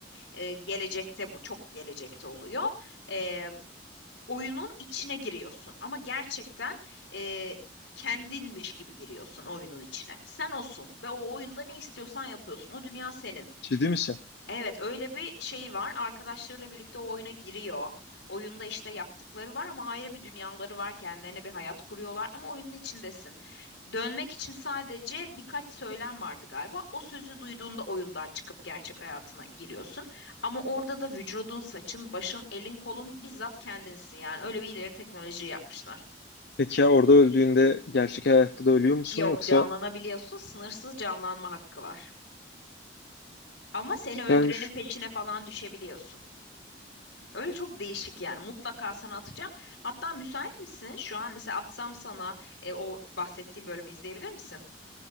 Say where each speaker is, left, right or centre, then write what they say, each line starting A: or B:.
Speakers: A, on the left (about 85°); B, on the left (about 65°).
A: eee, gelecekte bu çok gelecekte oluyor. Eee, oyunun içine giriyorsun ama gerçekten eee, kendinmiş gibi giriyorsun oyunun içine. Sen olsun ve o oyunda ne istiyorsan yapıyorsun. O dünya senin.
B: Ciddi misin?
A: Evet öyle bir şey var. Arkadaşlarıyla birlikte o oyuna giriyor. Oyunda işte yaptıkları var ama ayrı bir dünyaları var. Kendilerine bir hayat kuruyorlar ama oyunun içindesin. Dönmek için sadece birkaç söylem vardı galiba. O sözü duyduğunda oyundan çıkıp gerçek hayatına giriyorsun. Ama orada da vücudun, saçın, başın, elin, kolun bizzat kendinsin. Yani öyle bir ileri teknoloji yapmışlar.
B: Peki ya orada öldüğünde gerçek hayatta da ölüyor musun
A: Yok
B: yoksa
A: canlanabiliyorsun. Sınırsız canlanma hakkı var. Ama seni
B: süpermiş.
A: öldürenin peşine falan düşebiliyorsun. Öyle çok değişik yani. Mutlaka sana atacağım. Hatta müsait misin? Şu an mesela atsam sana e, o bahsettiğim bölümü izleyebilir misin?